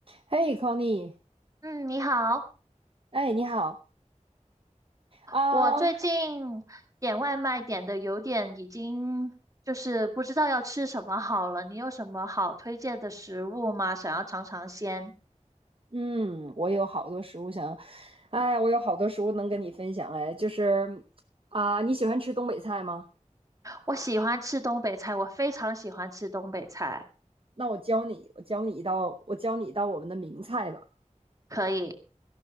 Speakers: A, on the right (about 45°); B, on the right (about 25°).
A: 嘿，Connie，
B: 嗯，你好，
A: 哎，你好啊
B: 我最近点外卖点的有点已经就是不知道要吃什么好了。
A: 嗯
B: 你有什么好推荐的食物吗？想要尝尝鲜。
A: 嗯我有好多食物想，哎，我有好多食物能跟你分享，哎，就是啊你喜欢吃东北菜吗？
B: 我喜欢吃东北菜，我非常喜欢吃东北菜。
A: 那我教你，我教你一道，我教你一道我们的名菜吧，
B: 可以，